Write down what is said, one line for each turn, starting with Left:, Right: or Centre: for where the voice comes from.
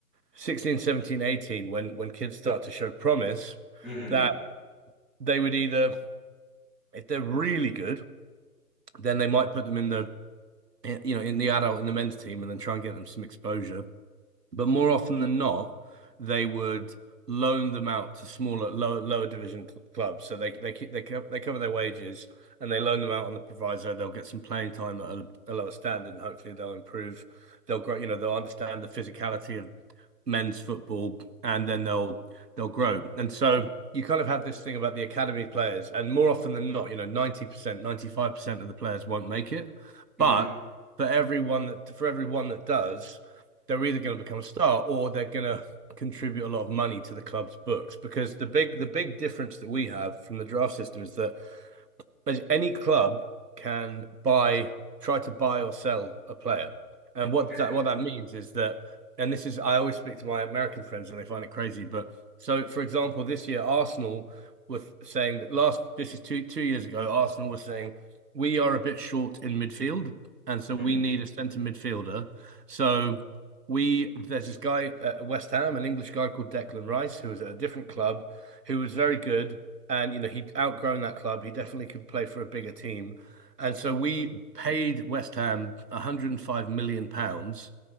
Right: Sixteen, 17, eighteen. when when kids start to show promise,
Centre: hmm
Right: that they would either, if they're really good, then they might put them in the, you know, in the adult in the men's team and then try and get them some exposure. But more often than not, they would loan them out to smaller, lower, lower division cl clubs. So they they keep they co they cover their wages and they loan them out on the proviso. They'll get some playing time at a, a lower standard, and hopefully they'll improve. They'll grow. You know, they'll understand the physicality of men's football, and then they'll they'll grow. And so you kind of have this thing about the academy players, and more often than not, you know, 90%, 95% of the players won't make it,
Centre: hmm
Right: but for everyone that for everyone that does they're either going to become a star or they're going to contribute a lot of money to the club's books because the big the big difference that we have from the draft system is that as- any club can buy, try to buy or sell a player. And what
Centre: Okay.
Right: that what that means is that, and this is I always speak to my American friends and they find it crazy. But so, for example, this year Arsenal was saying that last this is two two years ago, Arsenal was saying we are a bit short in midfield, and so
Centre: Mhm.
Right: we need a centre midfielder. So we there's this guy at West Ham, an English guy called Declan Rice, who was at a different club, who was very good and you know he'd outgrown that club. He definitely could play for a bigger team, and so we paid West Ham 105 million pounds